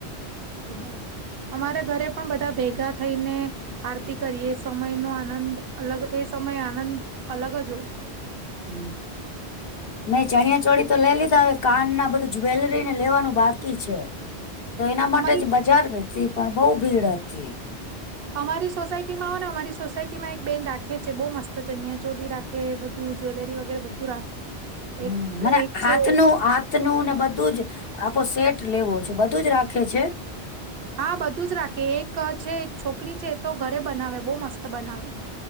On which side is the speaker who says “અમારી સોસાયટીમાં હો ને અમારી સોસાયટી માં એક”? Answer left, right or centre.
Right